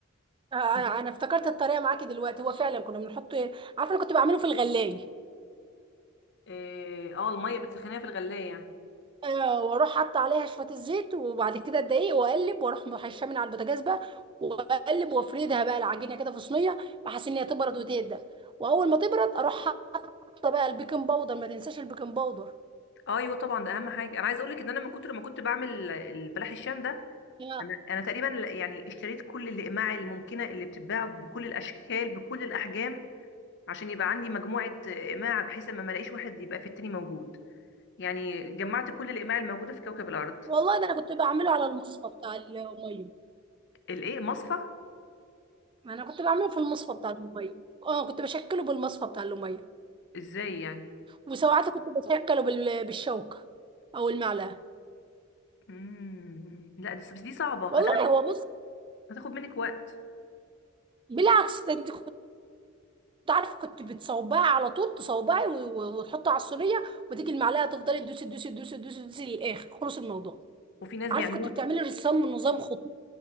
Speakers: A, on the right; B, on the left.
A: آه، أنا
B: <laughs>
A: أنا افتكرت الطريقة معاكي دلوقتي هو فعلا كنا بنحط عارفة أنا كنت بعمله في الغلاية
B: إيه، اه الميه بتسخنيها في الغلايه يعني
A: آه، واروح حاطه عليها شويه الزيت وبعد كده الدقيق واقلب واروح محشاه من على البوتاجاز بقى واقلب وافردها بقى العجينه كده في صينيه بحيث ان هي تبرد وتهدى واول ما تبرد اروح حاطه بقى البيكنج باودر ما تنساش البيكنج باودر
B: اه ايوه طبعا ده اهم حاجه انا عايزه اقول لك ان انا من كتر ما كنت بعمل البلح الشام ده
A: يا
B: انا انا تقريبا يعني اشتريت كل الاقماع الممكنه اللي بتتباع بكل الاشكال بكل الاحجام عشان يبقى عندي مجموعه اقماع بحيث ما ما الاقيش واحد يبقى في التاني موجود يعني جمعت كل الاقماع الموجوده في كوكب الارض
A: والله ده انا كنت بعمله على المصفى بتاع الميه
B: الايه مصفى
A: انا كنت بعمله في المصفى بتاع الميه اه كنت بشكله بالمصفى بتاع الميه
B: ازاي يعني
A: وساعات كنت بشكله بال- بالشوكه او المعلقه
B: امم لا دي بس دي صعبه
A: والله
B: هتاخد
A: هو بص
B: هتاخد منك وقت
A: بالعكس ده انت تعرف كنت بتصوبها على طول تصوبعي و- و- وتحطي على الصينيه وتيجي المعلقه تفضلي تدوسي تدوسي تدوسي تدوسي تدوسي للاخر خلص الموضوع
B: وفي ناس
A: عارفه
B: بيعملوها
A: كنت بتعملي رسام من نظام خطوط